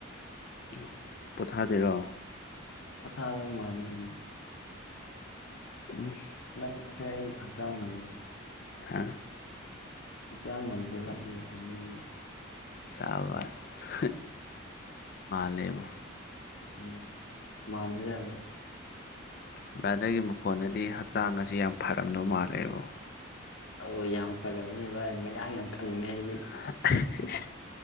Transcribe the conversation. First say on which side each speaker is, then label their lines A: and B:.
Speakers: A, on the left; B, on the left.
A: ꯎ ꯄꯣꯊꯥꯗꯔꯣ
B: ꯄꯣꯊꯥꯗ ꯃꯥꯅꯦ ꯎ
A: ꯎꯝ
B: ꯅꯁꯦ ꯑꯩ ꯍꯛꯆꯥꯡ ꯉꯝꯅꯤꯅꯦ
A: ꯊꯥ
B: ꯃꯆꯥ ꯉꯝꯗꯦꯕꯠꯂꯤ ꯃꯇꯝꯗ ꯑꯃꯨꯛ
A: ꯁꯕꯁ ꯃꯥꯂꯦꯕꯣ
B: ꯎꯝ ꯃꯥꯡꯒꯗꯕꯅꯦ
A: ꯕ꯭ꯔꯥꯗꯔꯒꯤ ꯃꯈꯣꯟꯅꯗꯤ ꯍꯆꯥꯡ ꯑꯁꯤ ꯌꯥꯝ ꯐꯔꯝꯗꯧ ꯃꯥꯜꯂꯦꯕꯣ
B: ꯑꯣ ꯌꯥꯝ ꯐꯔꯝꯃꯦ ꯚꯥꯏ ꯃꯌꯥꯡ ꯌꯥꯝ ꯀꯪꯉꯩ
A: <unintelligible>